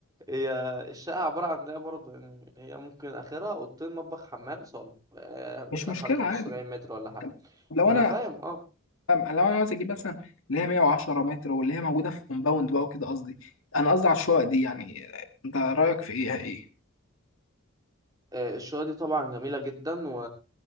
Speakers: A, on the right; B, on the left.
A: هي الشقة عبارة عن ده برضه يعني هي ممكن آخرها أوضتين مطبخ حمام صالة آه، مثلا
B: مش مشكله
A: حوالي 75
B: عادي
A: متر ولا حاجة
B: طب لو
A: ما
B: انا
A: أنا فاهم أه
B: أم- لو انا عاوز اجيب مثلا اللي هي 110 متر واللي هي موجوده في كومباوند بقى وكده قصدي انا قصدي على الشقق دي يعني انت رايك في ايه ايه؟
A: آه، الشقة دي طبعا جميلة جدا و...